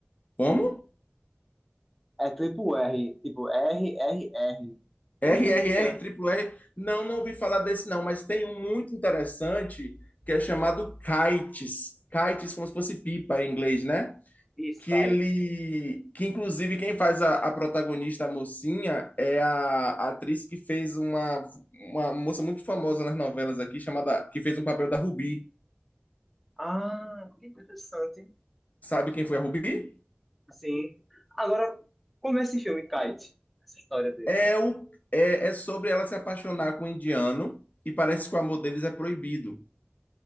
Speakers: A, on the left; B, in the centre.
A: Como?
B: É Triple R, tipo R, R, R.
A: R
B: Um filme
A: R
B: de
A: R,
B: an-
A: Triple R. Não, não ouvi falar desse não, mas tem um muito interessante que é chamado Kites. Kites, como se fosse pipa em inglês, né?
B: de Kite.
A: Que ele. Que inclusive quem faz a, a protagonista, a mocinha, é a, a atriz que fez uma, uma moça muito famosa nas novelas aqui, chamada. Que fez um papel da Ruby.
B: Ah, que interessante.
A: Sabe quem foi a Ruby?
B: Sim. Agora, como é esse filme, Kite? Essa história dele.
A: É, o, é, é sobre ela se apaixonar com um indiano e parece que o amor deles é proibido.